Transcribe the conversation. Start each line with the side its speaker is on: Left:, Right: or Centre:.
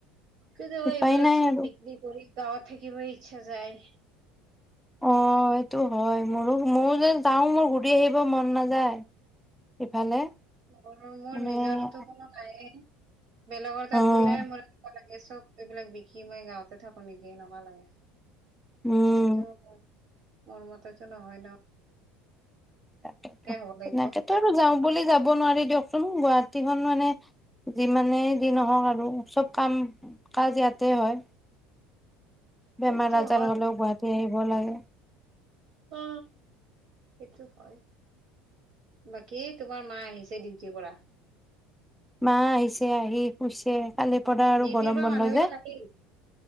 Right: কেতিয়াবা
Centre: উপায়
Right: এইবিলাক
Centre: নাই
Right: চব
Centre: আৰু
Right: বিক্ৰী কৰি গাঁৱত থাকিব ইচ্ছা যায়
Centre: অ এইটো হয় মোৰো ময়ো যে যাও মোৰ ঘূৰি আহিব মন নাযায় ইফালে
Right: মোৰ মোৰ
Centre: মানে
Right: নিজৰতো কোনো নাইয়েই বেলেগৰ তাত
Centre: অ',
Right: গলে মোৰ এনেকোৱা লাগে চব এইবিলাক বিকি মই গাঁৱতে থাকো নেকি এনেকোৱা লাগে
Centre: উম,
Right: কিন্ত মোৰ মতেতো নহয় ন
Centre: তাক
Right: তাতে হ'ব লাগিব
Centre: তেনেকেতো আৰু যাওঁ বুলি যাব নোৱাৰি দিয়কচোন গুৱাহাটীখন মানে যিমানে যি নহওক আৰু চব কাম কাজ ইয়াতে হয়
Right: সেইটো
Centre: বেমাৰ আজাৰ
Right: হয়।
Centre: হলেও গুৱাহাটী আহিব লাগে
Right: অ সেইটো হয় বাকী কি তোমাৰ মা আহিছে ডিউটিৰ পৰা
Centre: মা আহিছে আহি শুইছে কালি পৰা আৰু
Right: ডিউটিৰ
Centre: গৰম
Right: পৰা
Centre: বন্ধ
Right: মানুহ বিলাক
Centre: যে
Right: আহিল